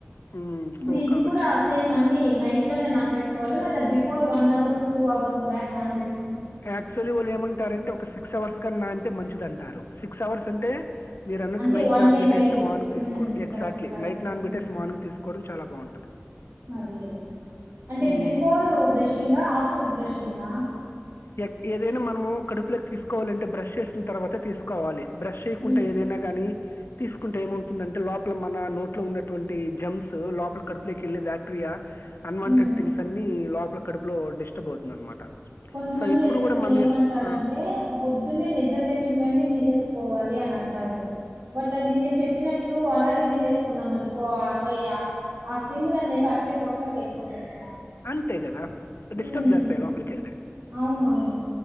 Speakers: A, on the left; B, on the right.
A: మ్మ్.
B: ఇప్పుడు
A: సో
B: ఇవి
A: కాబట్టి
B: కూడా సేమ్ అన్ని నైట్ లోనే నానబెట్టుకోవాలా లేదా before one hour two hours back నానబెట్
A: యాక్చువల్లీ వాళ్ళు ఏమంటారంటే ఒక సిక్ క్స్ అవర్స్ గాన్ నాన్తే మంచిది అంటారు. సిక్స్ అవర్స్ అంటే, మీరు అన్నట్టు
B: అంటే
A: నైట్
B: వన్
A: నాన్
B: డే
A: బెట్టేస్తే
B: నైట్
A: మార్నింగ్ తీస్కోవడం.
B: ఉమ్,
A: ఎగ్జాక్ట్లీ
B: కరెక్ట్ కరెక్ట్
A: నైట్ నాన్
B: ఉమ్,
A: బెట్టేస్ మార్నింగ్ తీస్ కూడా చాలా బాగుంటది
B: అది అది అంటే
A: మ్మ్.
B: బిఫోర్ బ్రషింగాా ఆఫ్టర్ బ్రషింగాా
A: ఎ ఏదైనా మనము కడుపులోకి తీసుకోవాలింటే బ్రష్ చేసిన తర్వాత తీసుకోవాలి బ్రష్ చేయకుండా
B: ఉమ్.
A: ఏదైనా కానీ తీసుకుంటే ఏమవుతుందంటే లోపల మన నోట్లో ఉన్నటువంటి జమ్స్ లోపల కడుపులోకి వెళ్ళి బ్యాక్టీరియా అన్వాంటెడ్
B: ఉమ్.
A: థింగ్స్ అన్ని లోప కడుపులో డిస్టర్బ్ అవుతుంది అనమాట
B: కొంతమంది
A: సో ఎప్పుడు
B: ఎంత
A: కూడా మనం
B: ఏమంటారంటే
A: ఆ,
B: పొద్దున్నే నిద్ర లేచిన వెంటనే తీసేసు పోవాలి అని అంటారు బట్ అది మీరు చెప్పినట్టు అలాగే తీసేసుకున్నాం అనుకో అబయ క్రిములన్నేవి అట్లే పొట్లోకి వెళ్ళిపోతాయి కదా
A: ఇంతే కద
B: హ్మ్.
A: డిస్టర్బ్ చేస్తాయి లోపలికిెళ్తే
B: అవునవును